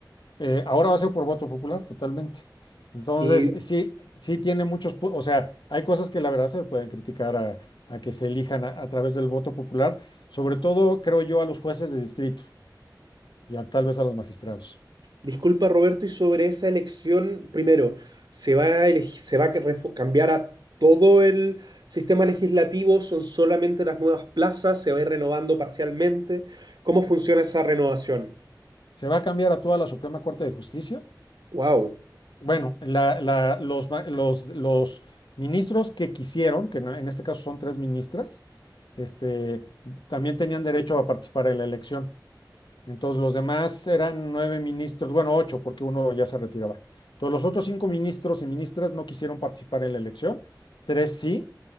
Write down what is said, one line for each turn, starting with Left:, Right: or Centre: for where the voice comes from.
Left: Eh, ahora va a ser por voto popular, totalmente. Entonces,
Right: Y
Left: sí, sí tiene muchos, pu- o sea, hay cosas que la verdad se pueden criticar a, a que se elijan a, a través del voto popular, sobre todo, creo yo, a los jueces de distrito y a, tal vez a los magistrados.
Right: Disculpa, Roberto, y sobre esa elección, primero, ¿se va a eleg- se va a que refo- cambiar a todo el sistema legislativo? ¿Son solamente las nuevas plazas? ¿Se va a ir renovando parcialmente? ¿Cómo funciona esa renovación?
Left: ¿Se va a cambiar a toda la Suprema Corte de Justicia?
Right: Wow.
Left: Bueno, la- la- los, ma- los, los ministros que quisieron, que en en este caso son tres ministras, este, también tenían derecho a participar en la elección. Entonces los demás eran nueve ministros, bueno, ocho, porque uno ya se retiraba. Entonces los otros cinco ministros y ministras no quisieron participar en la elección, tres sí,